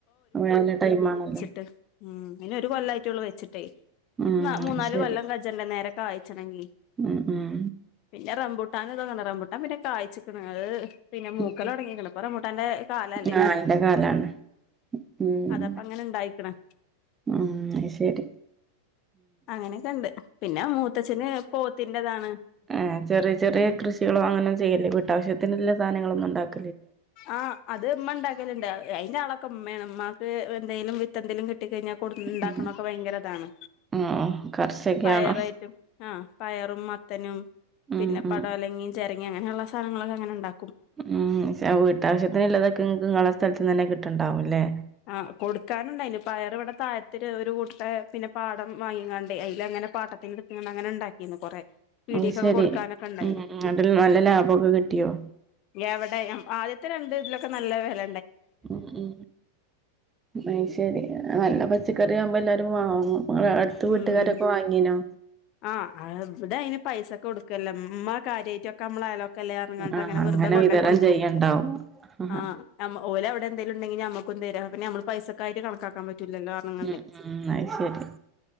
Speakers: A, on the right; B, on the left.
A: നല്ല ടൈമാണല്ലോ
B: ട്ട് ഉം പിന്നെ ഒരു കൊല്ലായിട്ടുള്ളൂ വെച്ച്ട്ടേ
A: ഉം
B: മൂന്നാല്
A: അത് ശരി
B: കൊല്ലം കജ്ജണ്ടേ നേരെ കായിച്ചണെങ്കി
A: ഉം ഉം
B: പിന്നെ റമ്പൂ മ്പൂട്ടാതൊക്കെണ്ട് റംബൂട്ടാൻ പിന്നെ കായ്ച്ച്ക്ക്ണ് അത് പിന്നെ മൂക്കലൊടങ്ങീക്ക്ണ്
A: ഉം
B: ഇപ്പം റംമ്പൂട്ടാന്റെ കാലല്ലേ
A: ആ അയിന്റെ കാലാണ് ഉം
B: അതപ്പങ്ങനെ ഇണ്ടായിക്ക്ണ്
A: ഉം അയ് ശെരി
B: അങ്ങനൊക്കെണ്ട് പിന്നെ മൂത്തച്ഛന് പോത്തിന്റതാണ്
A: ഏ ചെറിയ ചെറിയ കൃഷികളും അങ്ങനൊന്നും ചെയ്യല്ലേ വീട്ടാവശ്യത്തിനുള്ള സാധനങ്ങളൊന്നും ണ്ടാക്ക
B: ആ അത് ഉമ്മ ണ്ടാക്കല്ണ്ട് അയ്ന്റെ ആളൊക്കെ മ്മേണ് മ്മാക്ക് എന്തേലും വിത്തെന്തേലും കിട്ട കിട്ടി കഴിഞ്ഞാ കൊട് ണ്ടാക്കണൊക്കെ
A: ഉം
B: ഭയങ്കര താണ്
A: ആ കർഷകയാണോ
B: പയറായിട്ടും ആ പയറും മത്തനും
A: ഉം
B: പിന്നെ
A: ഉം
B: പടവലങ്ങിയും ചെ ട്ടങ്ങേ അങ്ങനെള്ള സാനങ്ങളൊക്കങ്ങനെ ണ്ടാ
A: ഉം ശെ വീട്ടാവശ്യത്തിന് ഇല്ലതൊക്കെ ഇങ്ങക്ക് ഇങ്ങളെ സ്ഥലത്ത് ന്നെന്നെ കിട്ട്ണ്ടാവുംല്ലേ
B: ആ കൊടുക്കാനുണ്ടായിന് പയർ ഇവടെ തായത്തൊരു ഒരു കൂട്ടരെ പിന്നെ പാ ട്ടം വാങ്ങിങ്ങാണ്ട് അയിലങ്ങനെ പാട്ടത്തിന് ഇട്ത്ത്ങ്ങാണ്ട് അങ്ങനെ ണ്ടാക്കീന്നു കൊറെ പീടിയേക്കൊക്കെ
A: അ ശരി
B: കൊടുക്കാനൊക്കെ ഇണ്ടായിന്
A: ഉ അതിൽ നല്ല ലാഭമൊക്കെ കിട്ടിയോ
B: എവിടെ ആദ്യത്തെ രണ്ട് ഇതിലൊക്കെ നല്ല വില
A: ഉ ഉ അ ശരി നല്ല പച്ചക്കറ ആവുമ്പോ എല്ലാരും വാങ്ങും ഇങ്ങളെ അടുത്ത
B: ഉം
A: വീട്ടുകാരൊക്കെ വാങ്ങീനോ
B: ആഹ അ ഇവിടെ അതിന് പൈസൊക്കെ കൊടുക്ക ഒമ്മ ആ കാര്യമായിട്ടൊക്കെ നമ്മള കല്യാണങ്ങാട്ട്
A: ആഹ്
B: അങ്ങനെ വെറുതെ കൊണ്ടോ
A: വിതരണം
B: കൊടുക്കും
A: ചെയ്യണ്ടാവും ആഹ്
B: ആ ഓല അവിടെ എന്തെും ണ്ടെങ്കി നമ്മക്ക പിെ നമ്മ പൈസക്ക ആായിട്ട് കണക്കാക്കൻ പറ്റൂല്ലോ അങ്ങണ്ടെിൽ
A: ഉം ഉം അത് ശരി